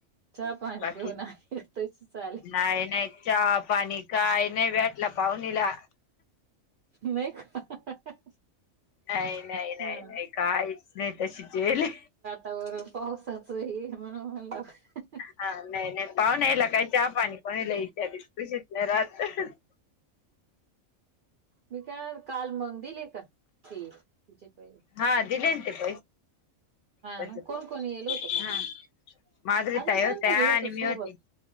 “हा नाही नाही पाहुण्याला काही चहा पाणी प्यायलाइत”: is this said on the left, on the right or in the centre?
Left